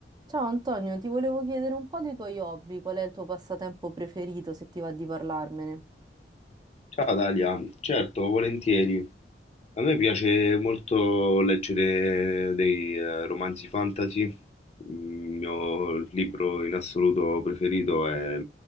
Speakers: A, on the right; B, on the left.
A: Ciao Antonio, ti volevo chiedere un po' dei tuoi hobby, qual è il tuo passatempo preferito, se ti va di parlarmene?
B: Ciao Dalia, certo, volentieri. A me piace molto leggere dei eh, romanzi fantasy. Il mio libro in assoluto preferito è